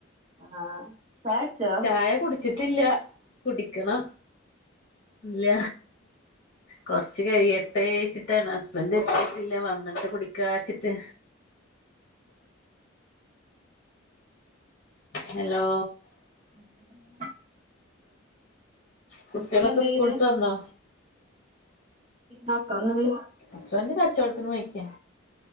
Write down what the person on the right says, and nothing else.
ആഹ് ചായട്ച്ചോ?
ഹസ്ബന്റെടെ
ഹസ്ബന്റെന്താചെയ്യ്ണ്?
മക്കള്